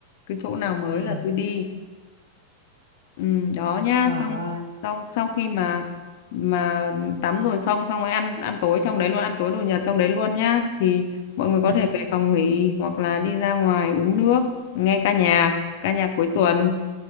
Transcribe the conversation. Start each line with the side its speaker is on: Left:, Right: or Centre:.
Left: cứ chỗ nào mới
Right: Ừ.
Left: là tôi đi Ừ, đó nhá
Right: Ờ
Left: xong
Right: ơi.
Left: sau sau khi mà mà tắm rồi xong xong rồi ăn ăn tối trong đấy luôn ăn tối đồ Nhật trong đấy luôn nhá thì mọi người có
Right: Ừ.
Left: thể về phòng nghỉ hoặc là đi ra ngoài uống nước nghe ca nhạc ca nhạc cuối tuần